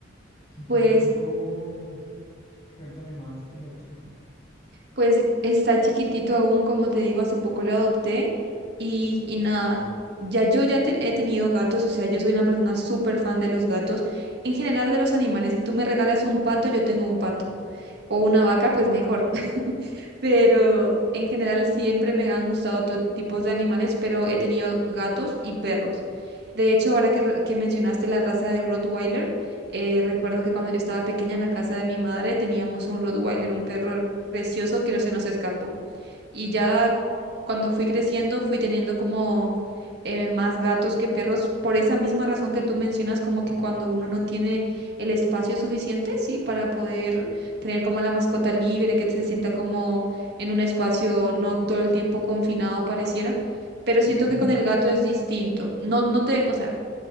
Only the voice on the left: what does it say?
¿Y
tu gatico? Cuéntame más de tu gatico.
Ah,
Ujú.